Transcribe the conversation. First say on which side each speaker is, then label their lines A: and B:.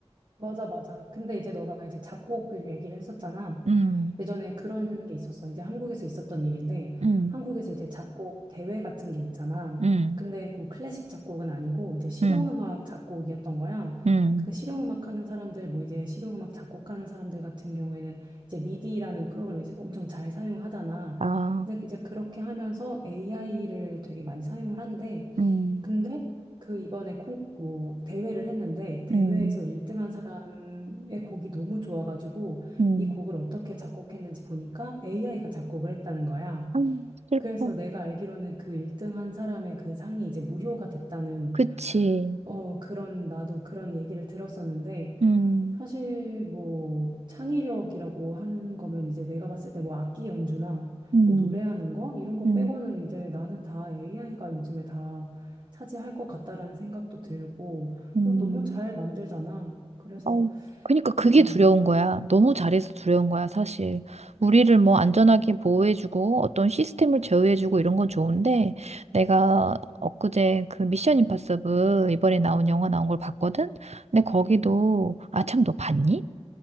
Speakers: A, on the right; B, on the right.
A: 맞아, 맞아. 근데 이제 너가 이제 작곡을 얘기를 했었잖아.
B: 음,
A: 예전에 그런 게 있었어. 이제 한국에서 있었던 일인데,
B: 음,
A: 한국에서 이제 작곡 대회 같은 게 있잖아.
B: 음,
A: 근데 그 클래식 작곡은 아니고, 이제 실용음악
B: 음,
A: 작곡이었던 거야.
B: 음.
A: 근데 실용음악 하는 사람들, 뭐 이제 실용음악 작곡하는 사람들 같은 경우에는 이제 미디라는 프로그램을 이제 엄청 잘 사용하잖아.
B: 아,
A: 근데 이제 그렇게 하면서 AI를 되게 많이 사용을 한대.
B: 음,
A: 근데 그 이번에 콩, 뭐 대회를 했는데 대회에서
B: 음,
A: 1등한 사람의 곡이 너무 좋아가지고
B: 음.
A: 이 곡을 어떻게 작곡했는지 보니까 AI가 작곡을 했다는 거야.
B: 아, 슬퍼.
A: 그래서 내가 알기로는 그 1등한 사람의 그 상이 이제 무효가 됐다는
B: 그치.
A: 어, 그런, 나도 그런 얘기를 들었었는데,
B: 음,
A: 사실 뭐 창의력이라고 하는 거면 이제 내가 봤을 때 뭐 악기 연주나
B: 음,
A: 뭐 노래하는 거 이런 거
B: 음,
A: 빼고는 이제 나는 다 AI가 요즘에 다 차지할 것 같다라는 생각도 들고,
B: 음.
A: 그리고 너무 잘 만들잖아. 그래서,
B: 어, 그러니까 그게
A: 어,
B: 두려운 거야. 너무 잘해서 두려운 거야, 사실. 우리를 뭐 안전하게 보호해주고 어떤 시스템을 제어해주고 이런 건 좋은데 내가 엊그제 그 미션 임파서블 이번에 나온 영화 나온 걸 봤거든? 근데 거기도
A: 음.
B: 아, 참, 너 봤니?